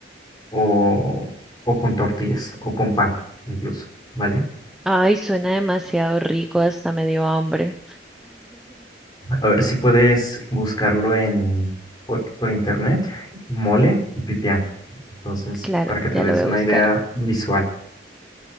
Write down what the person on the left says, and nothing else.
o, o con tortillas o con pan incluso, ¿vale?
A ver si puedes buscarlo en por, por internet, mole y pipián. Entonces,
para que te
des
una
idea visual.